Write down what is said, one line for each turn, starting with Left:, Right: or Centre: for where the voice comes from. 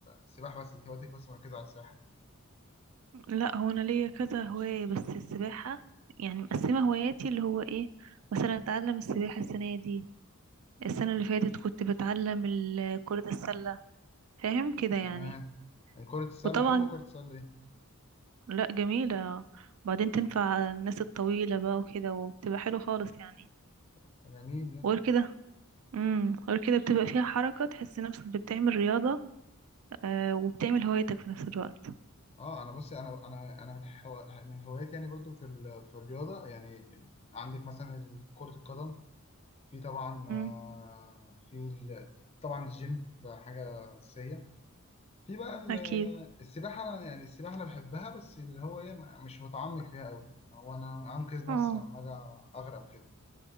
Left: سباحه بس انت هواياتك بس مركزه على السباحه
Right: لا هو انا ليا كذا هواية بس السباحة يعني مقسمة هواياتي اللي هو ايه مثلا اتعلم السباحة السنة دي السنة اللي فاتت كنت بتعلم ال- كرة السلة فاهم كده يعني
Left: تمام يعني كره السله
Right: وطبعا
Left: حلو كره السله دي
Right: لا جميلة وبعدين تنفع الناس الطويلة بقى وكده وبتبقى حلو خالص يعني
Left: طب طب جميل ده
Right: وغير كده امم غير كده بتبقى فيها حركة تحس نفسك بتعمل رياضة آه وبتعمل هوايتك في نفس الوقت
Left: اه انا بصي انا انا انا من حو... من هواياتي يعني برضو في ال... في الرياضه يعني عندك مثلا كره القدم في طبعا
Right: امم
Left: آه، في ال... طبعا الجيم ده حاجه اساسيه في بقى ال-
Right: اكيد
Left: السباحة أنا يعني السباحة أنا بحبها بس اللي هو إيه ما- مش متعمق فيها أوي إن هو أنا أنقذ نفسي
Right: اه
Left: لما أجي أغرق وكده